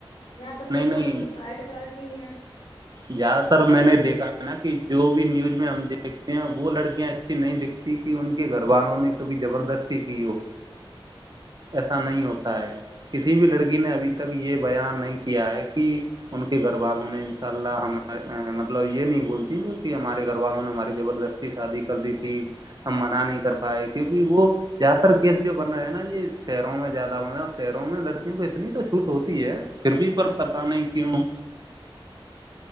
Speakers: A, on the left; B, on the right.
A: یا تو
B: نہیں
A: پھر
B: نہیں
A: خود سوسائٹ کرتی ہیں
B: زیادہ تر میں نے دیکھا ہے نا کہ جو بھی نیوز میں ہم دیکھتے ہیں وہ لڑکیاں کسی نہیں دکھتی کہ ان کے گھر والوں نے بھی زبردستی کی ہو ایسا نہیں ہوتا ہے کسی بھی لڑکی نے ابھی تو تک یہ بیان نہیں کیا ہے کہ ان کے گھر والوں نے ان سے ہمیں مطلب یہ نہیں بولتی کی کہ ہمارے گھر والوں نے ہماری زبردستی شادی کر دی تھی ہم منع نہیں کر پائے کیونکہ وہ زیادہ تر کیس جو بن رہے ہے نا یہ شہروں میں زیادہ بن رہا ہے اور شہروں میں لڑکیں اتنی تو چھوٹ ہوتی ہے پھر بھی پر پتاہ نہیں کیوں